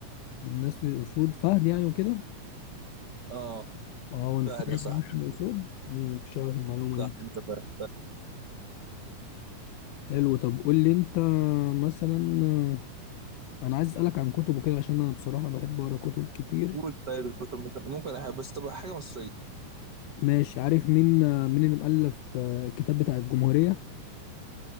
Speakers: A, on the left; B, on the right.
A: من نسل الأسود فهد يعني وكده
B: اه
A: اه هو انت
B: فعلا
A: فهد
B: يا صاحبي
A: من نسل الأسود مم، مش عارف المعلومة
B: صح
A: دي
B: انت فاهم فاهم.
A: حلو طب قول لي أنت مثلا آه، أنا عايز أسألك عن كتب وكده عشان أنا بصراحة بحب أقرأ كتب كتير
B: قول طيب الكتب ممكن ممكن أحب بس تبقى حاجه مصريه
A: ماشي عارف مين آه، مين اللي مؤلف آه، الكتاب بتاع الجمهورية